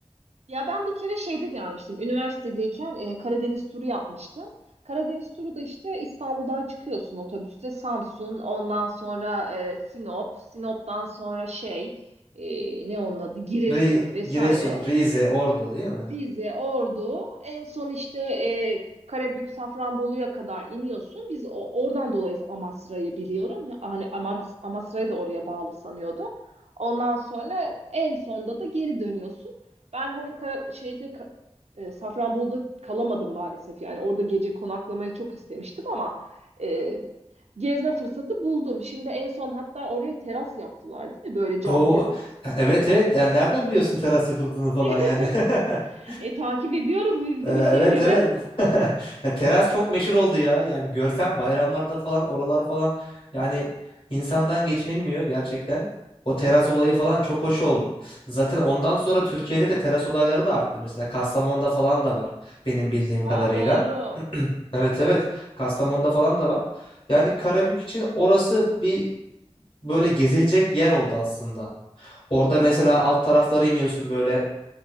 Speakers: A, on the right (about 80°); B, on the left (about 55°).
A: Ya ben bir kere şeyde gelmiştim. Üniversitedeyken e, Karadeniz turu yapmıştım. Karadeniz turu da işte İstanbul'dan çıkıyorsun otobüste Samsun, ondan sonra e, Sinop, Sinop'tan sonra şey e, ne onun adı Giresun
B: Ri-
A: vesaire.
B: Giresun, Rize, Ordu değil mi?
A: Rize, Ordu, en son işte e, Karabük, Safranbolu'ya kadar iniyorsun. Biz o, oradan dolayı Amasra'yı biliyorum. Ya, Hani Amar- Amasra'yı da oraya bağlı sanıyordum. Ondan sonra en sonda da geri dönüyorsun. Ben hani Kara- şeyde Ka- e, Safranbolu'da kalamadım maalesef. Yani orada gece konaklamayı çok istemiştim ama e, gezme fırsatı buldum. Şimdi en son hatta oraya teras yaptılar, değil mi? Böyle cam
B: O
A: teras.
B: evet evet yani nereden biliyorsun teras yapıldığını falan
A: <laughs>
B: yani. <laughs>
A: E takip ediyoruz biz
B: Ee,
A: de
B: Evet
A: bir şeyleri.
B: evet. <laughs> Ya teras çok meşhur oldu ya. Yani görsem bayramlarda falan oralar falan yani insandan geçinilmiyor gerçekten. O teras olayı falan çok hoş oldu. Zaten ondan sonra Türkiye'de de teras olayları da arttı. Mesela Kastamonu'da falan da var benim bildiğim kadarıyla.
A: Aa doğru.
B: <clears throat> Evet evet. Kastamonu'da falan da var. Yani Karabük için orası bir böyle gezilecek yer oldu aslında. Orada mesela alt taraflara iniyorsun böyle